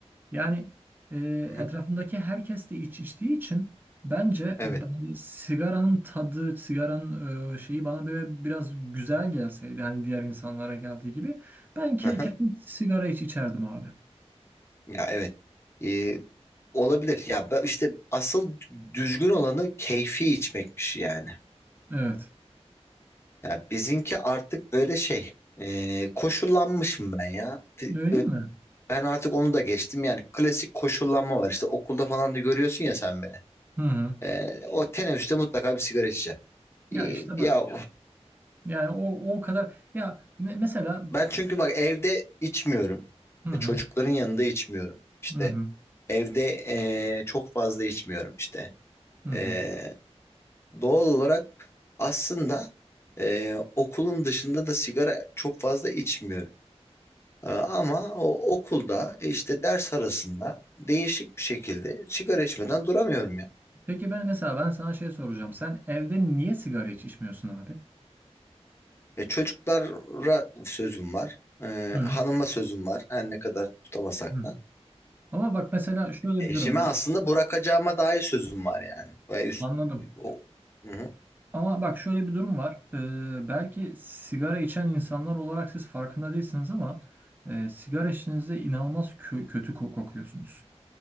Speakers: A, on the right; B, on the left.
A: Yani e,
B: Hı hı.
A: etrafındaki herkes de iç içtiği için bence
B: Evet.
A: ben sigaranın tadı, sigaranın e, şeyi bana böyle biraz güzel gelseydi hani diğer insanlara geldiği gibi ben ke
B: Hı hı.
A: kesin sigara iç içerdim abi.
B: Ya evet. Ee, olabilir. Ya ben- işte asıl düzgün olanı keyfi içmekmiş yani.
A: Evet.
B: Ya bizimki artık böyle şey e, koşullanmışım ben ya. Fi-
A: Öyle değil
B: e,
A: mi?
B: Ben artık onu da geçtim yani klasik koşullanma var işte okulda falan da görüyorsun ya sen beni.
A: Hı hı.
B: E, o teneffüste mutlaka bir sigara içeceksin.
A: Ya
B: Y-
A: işte bak
B: Ya
A: yani o o kadar ya me- mesela
B: ben çünkü bak evde içmiyorum.
A: hı
B: E,
A: hı
B: Çocukların yanında içmiyorum. İşte
A: hı hı
B: evde e, çok fazla içmiyorum işte.
A: hı hı.
B: E, doğal olarak aslında e, okulun dışında da sigara çok fazla içmiyorum. Ee, Ama o okulda e, işte ders arasında değişik bir şekilde sigara içmeden duramıyorum ya.
A: Peki ben mesela ben sana şey soracağım. Sen evde niye sigara hiç içmiyorsun abi?
B: E, çocuklara sözüm var. e,
A: Hı
B: hanıma sözüm var. Her ne kadar tutamasak
A: hı.
B: da.
A: Ama bak mesela şöyle
B: Eşime
A: bir durum ben
B: aslında bırakacağıma dair sözüm var yani. Ve üst,
A: anladım.
B: o, Hı hı.
A: Ama bak şöyle bir durum var. Ee, belki sigara içen insanlar olarak siz farkında değilsiniz ama e, sigara içtiğinizde inanılmaz kö- kötü ko- kokuyorsunuz.